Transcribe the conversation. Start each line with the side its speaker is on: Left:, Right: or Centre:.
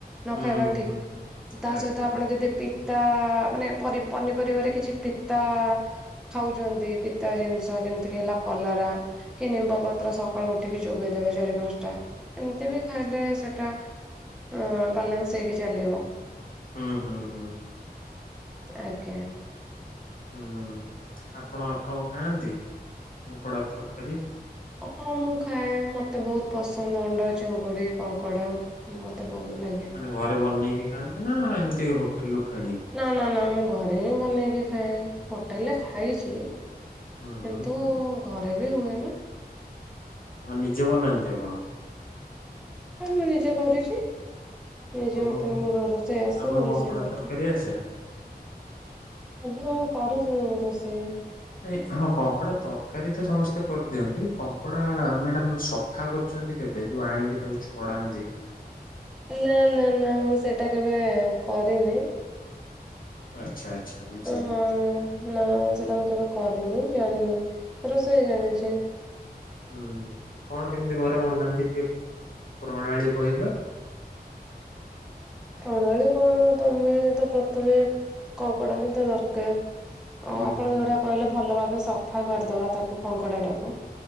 Centre: ନ
Left: ହୁଁ
Centre: ଖାଇବା ଠିକ
Left: ହୁଁ ହୁଁ
Centre: ତା
Left: ଆଜ୍ଞା
Centre: ସହିତ ଆପଣ ଯଦି ପିତା ମାନେ ପନିପରିବାରେ କିଛି ପିତା ଖାଉଚନ୍ତି ପିତା ଜିନିଷ ଯେମିତିକ ହେଲା କଲରା କି ନିମ୍ବ ପତ୍ର ସକାଳୁ ଉଠିକି ଚୋବେେଇଦେବେ ଚାରି ପାଞ୍ଚ ଟା ଏମିତି ବି ଖାଇଲେ ସେଟା ଆ ବାଲାନସ ହେଇକି ଚାଲିବ।
Left: ହଁ ହୁଁ ହୁଁ।
Centre: ଆଜ୍ଞା।
Left: ହୁଁ ଆପଣ ଆପଣ ଖାଆନ୍ତି କଙ୍କଡ଼ା ତରକାରୀ?
Centre: ହଁ ମୁଁ ଖାଏ ମତେ ବୋହୁତ ପସନ୍ଦ ଅଣ୍ଡା ଚିଙ୍ଗୁଡ଼ି କଙ୍କଡ଼ା ମତେ ଭଲ ଲାଗେ।
Left: ମାନେ ଘରେ ବନେଇକି ଖାଆନ୍ତି ନା ଏମିତି ହୋଟେଲ ରୁ କିଣିକି?
Centre: ନା ନା ନା ମୁଁ ଘରେ ହିଁ ବନେଇକି ଖାଏ, ହୋଟେଲରେ ଖାଇଚି।
Left: ହୁଁ
Centre: କିନ୍ତୁ ଘରେ ବି ହୁଏ ନା।
Left: ନିଜେ ବନାନ୍ତି ଆପଣ?
Centre: ହଁ ମୁଁ ନିଜେ କରୁଚି। ନିଜେ
Left: ଆପଣଙ୍କୁ
Centre: ମତେ ମୋର ରୋଷେଇ ଆସେ
Left: ଆପଣଙ୍କୁ
Centre: ମୁଁ ରୋଷେଇ
Left: କଙ୍କଡା
Centre: କରେ।
Left: ତରକାରୀ ଆସେ?
Centre: ଆଜ୍ଞା ମୁଁ କରିଚି ରୋଷେଇ।
Left: ନାଇ ହଁ କଙ୍କଡା ତରକାରୀ ତ ସମସ୍ତେ କରିଦିଅନ୍ତି, କଙ୍କଡା ମ୍ୟାଡାମ ସ୍ ସଫା କରିଚନ୍ତି କେବେ ଯୋଉ ଆଣିକି ତାକୁ ଛଡାନ୍ତି।
Centre: ନା ନା ନା ମୁଁ ସେଇଟା କେବେ କରିନି।
Left: ଆଚ୍ଛା ଆଚ୍ଛା ବୁଝିଲି
Centre: ହଁ। ନା ସେଟା ମୁଁ କେବେ କରିନି ଜାଣିନି, ରୋଷେଇ ଜାଣିଛେ।
Left: ହୁଁ କଣ କେମିତି ଘରେ ବନାନ୍ତି ଟିକେ ପ୍ରଣାଳୀ କହିବେ।
Centre: ପ୍ରଣାଳୀ କଣ ତମେ ତ ପ୍ରଥମେ କଙ୍କଡ ହିଁ ତ ଦରକାର। ଆ
Left: ହୁଁ
Centre: ଆପଣ
Left: ହୁଁ
Centre: ଯୋଉଟା କହିଲେ ଭଲ ଭାବେ ସଫା କରିଦବା ତାକୁ କଙ୍କଡାକୁ।